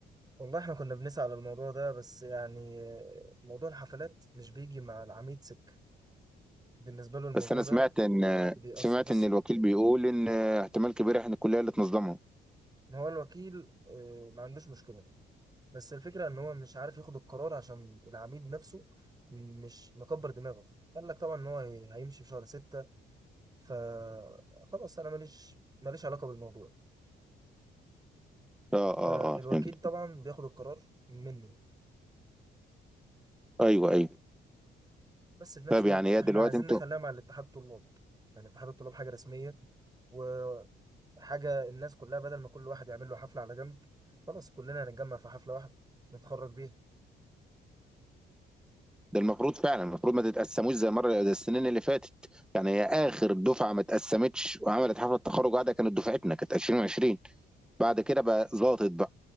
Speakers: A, on the right (about 20°); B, in the centre.
A: والله احنا كنا بنسعى على الموضوع ده بس يعني آه، موضوع الحفلات مش بيجي مع العميد سك بالنسبة له الموضوع
B: بس أنا
A: ده
B: سمعت إن
A: بيأثر
B: سمعت
A: بس
B: إن الوكيل بيقول إن احتمال كبير إحنا الكلية اللي تنظمها
A: ما هو الوكيل آه، ما عندوش مشكلة دي بس الفكرة ان هو مش عارف ياخد القرار عشان العميد نفسه مش مكبر دماغه قال لك طبعا ان هو هي- هيمشي في شهر 6 فخلاص انا ماليش ماليش علاقه بالموضوع
B: آه آه
A: فالوكيل
B: آه فهمت
A: طبعا بياخد القرار منه
B: أيوه أيوه
A: بس في نفس
B: طيب
A: الوقت
B: يعني هي
A: احنا
B: دلوقتي
A: عايزين
B: أنتوا
A: نخليها مع الاتحاد الطلاب يعني اتحاد الطلاب حاجه رسميه وحاجه الناس كلها بدل ما كل واحد يعمل له حفله على جنب خلاص كلنا هنتجمع في حفله واحده نتخرج بيها
B: ده المفروض فعلا المفروض ما تتقسموش زي مرة زي السنين اللي فاتت يعني هي آخر دفعة ما اتقسمتش وعملت حفلة تخرج قاعدة كانت دفعتنا كانت 2020 بعد كده بقى ظابط بقى